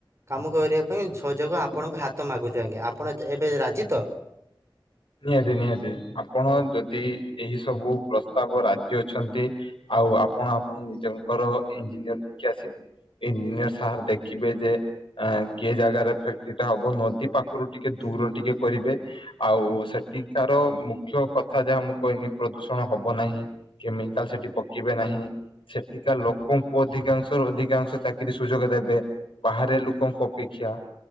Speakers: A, on the right (about 35°); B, on the left (about 85°).
A: କାମ କରିବା ପାଇଁ ସହଯୋଗ ଆପଣଙ୍କ ହାତ ମାଗୁଛୁ ଆଜ୍ଞ ଆପଣ ଏବେ ରାଜି ତ?
B: ନିହାତି ନିହାତି ଆପଣ ଯଦି ଏହି ସବୁ ପ୍ରସ୍ତାବ ରାଜି ଅଛନ୍ତି ଆଉ ଆପଣ ଆପଣ ନିଜଙ୍କର ଇଞ୍ଜିନିୟର ନେଇକି ଆସିବେ। ଇଞ୍ଜିନିୟର ସାର୍ ଦେଖିବେ ଯେ ଏ କି ଜାଗାରେ ଫ୍ୟାକ୍ଟ୍ରିଟା ହବ ନଦୀ ପାଖ ରୁ ଟିକେ
A: ହୁଁ
B: ଦୂର ଟିକେ କରିବେ ଆଉ ସେଠିକାର ମୁଖ୍ୟ କଥା ଯାହା ମୁଁ କହିଲି ପ୍ରଦୂଷଣ ହବ ନାହିଁ। କେମିକାଲ ସେଠି ପକେଇବେ ନାହିଁ। ସେଠିକା ଲୋକଙ୍କୁ ଅଧିକାଂଶରୁ ଅଧିକାଂଶ ଚାକିରି ସୁଯୋଗ ଦେବେ। ବାହାରେ ଲୋକଙ୍କ ଅପେକ୍ଷା।